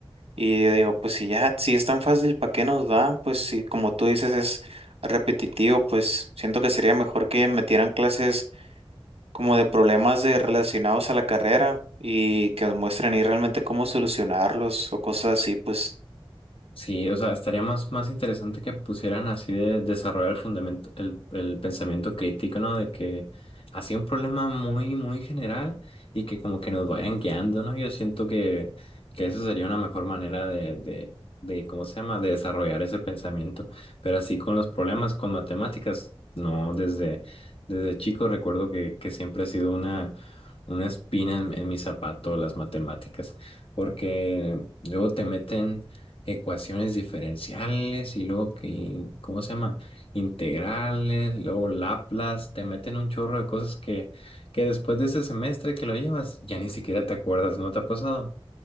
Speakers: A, on the right; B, on the left.
A: Y yo digo, pues si ya, si es tan fácil, ¿para qué nos dan? Pues si como tú dices es repetitivo, pues siento que sería mejor que metieran clases como de problemas de relacionados a la carrera y que nos muestren ahí realmente cómo solucionarlos o cosas así, pues.
B: Sí, o sea, estaría más, más interesante que pusieran así de desarrollar el fundamento, el, el pensamiento crítico, ¿no? De que así un problema muy, muy general y que como que nos vayan guiando, ¿no? Yo siento que, que eso sería una mejor manera de, de, de, ¿cómo se llama? De desarrollar ese pensamiento. Pero así con los problemas, con matemáticas, no, desde, desde chico recuerdo que, que siempre ha sido una, una espina en, en mi zapato las matemáticas, porque luego te meten ecuaciones diferenciales y luego que, ¿cómo se llama? Integrales, luego Laplace, te meten un chorro de cosas que, que después de ese semestre que lo llevas, ya ni siquiera te acuerdas, ¿no te ha pasado?